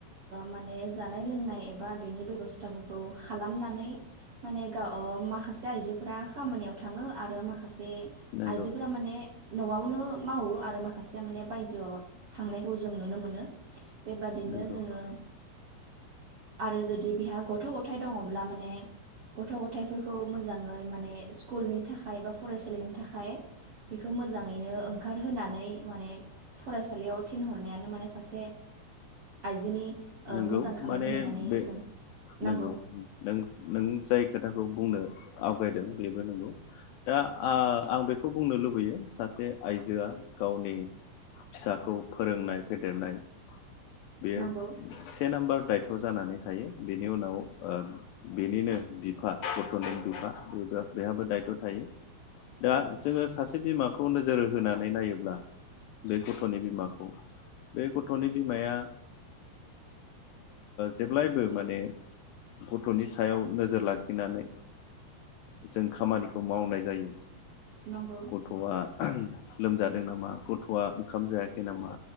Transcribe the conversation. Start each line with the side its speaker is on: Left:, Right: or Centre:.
Right: माने जानाय लोंनाय एबा बेनि बेबस्थाफोरखौ खालामनानै माने गाव माखासे आइजोफोरा खामानियाव थांङो आरो माखासे आइजोफोरा
Left: नंगौ
Right: माने न'आवनो मावो आरो माखासेया माने बायजोआव थांनायखौ जों नुनो मोनो बेबादिनो
Left: नंगौ
Right: जोंङो आरो जुदि बिहा गथ' गथायाइ दंङब्ला माने गथ' गथायाइफोरखौ मोजांङै माने स्कुलनि थाखाय एबा फरायसालिनि थाखाय खाय बेखौ मोजांङैनो ओंखारहोनानै माने फरायसालियाव थिनहरनायानो माने सासे आइजोनि ओ
Left: नोंगौ
Right: मोजां खामानि
Left: माने
Right: होननानै
Left: बे
Right: जों नंगौ
Left: नोंगौ नों नों जाय खोथाखौ बुंनो आवगायदों बेबो नंगौ दा आं बेखौ बुंनो लुबैयो सासे आइजोआ गावनि फिसाखौ फोरोंनाय फेदेरनाय बेयो
Right: नंगौ
Left: से नाम्बार दायथ' जानानै थायो बेनि उनाव बेनिनो बिफा गथ'नि बिफाबो बेहाबो दायथ' थायो दा जोंङो सासे बिमाखौ नोजोर होनानै नायोब्ला बे गथ'नि बिमाखौ बे गथ'नि बिमाया जेब्लायबो माने गथ'नि सायाव नोजोर लाखिनानै जों खामानिखौ मावनाय जायो
Right: नंगौ
Left: गथ'आ लोमजादों नामा गथ'आ ओंखाम जायाखै नामा